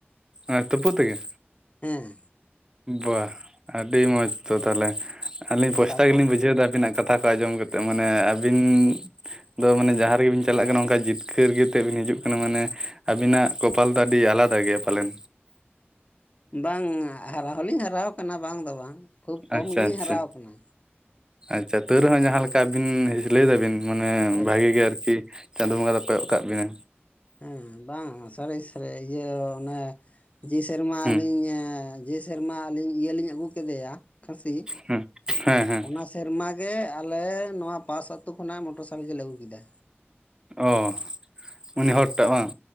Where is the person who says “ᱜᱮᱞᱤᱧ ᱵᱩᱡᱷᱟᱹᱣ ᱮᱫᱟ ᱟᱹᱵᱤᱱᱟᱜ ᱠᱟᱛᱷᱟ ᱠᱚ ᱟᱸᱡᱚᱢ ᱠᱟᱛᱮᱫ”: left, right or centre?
Right